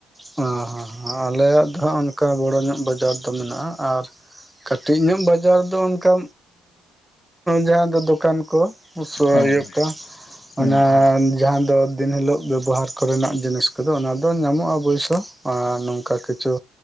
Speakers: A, in the centre; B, on the left.
A: ᱚᱸ ᱦᱚᱸ ᱦᱚᱸ ᱟᱞᱮᱭᱟᱜ ᱫᱚ ᱦᱟᱸᱜ ᱚᱱᱠᱟ ᱵᱚᱲᱚ ᱧᱚᱜ ᱵᱟᱡᱟᱨ ᱫᱚ ᱢᱮᱱᱟᱜᱼᱟ ᱟᱨ ᱠᱟᱹᱴᱤᱡ ᱧᱚᱜ ᱵᱟᱡᱟᱨ ᱫᱚ ᱚᱱᱠᱟ ᱡᱟᱦᱟᱸ ᱫᱚ ᱫᱚᱠᱟᱱ ᱠᱚ ᱯᱩᱥᱟᱹ
B: ᱦᱮᱸ
A: ᱦᱩᱭᱩᱜ
B: ᱦᱮᱸ
A: ᱡᱟᱱ
B: ᱦᱩᱸ
A: ᱚᱱᱟ
B: ᱦᱩᱸ
A: ᱡᱟᱦᱟᱸ ᱫᱚ ᱫᱤᱱ ᱦᱤᱞᱳᱜ ᱵᱮᱵᱚᱦᱟᱨ ᱠᱚᱨᱮᱱᱟᱜ ᱡᱤᱱᱤᱥ ᱠᱚᱫᱚ ᱚᱱᱟ ᱫᱚ ᱧᱟᱢᱚᱜᱼᱟ ᱚᱵᱚᱹᱭᱥᱚ ᱟᱨ ᱱᱚᱝᱠᱟ ᱠᱤᱪᱷᱩ